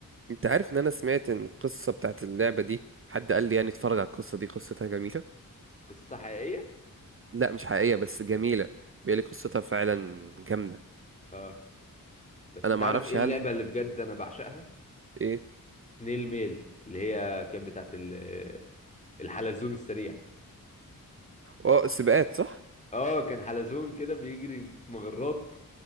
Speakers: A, on the right; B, on the left.
A: انت عارف ان انا سمعت ان القصه بتاعت اللعبه دي حد قال لي يعني اتفرج على القصه دي قصتها جميله
B: قصتها حقيقيه
A: لا مش حقيقية بس جميلة بيقول لي قصتها فعلا جامدة
B: اه بس
A: انا
B: انت
A: ما
B: عارف
A: اعرفش
B: ايه
A: هل
B: اللعبه اللي بجد انا بعشقها
A: ايه
B: سنيل ميل اللي هي كانت بتاعت ال... الحلزون السريع
A: اه سباقات صح
B: اه كان حلزون كده بيجري في مجرات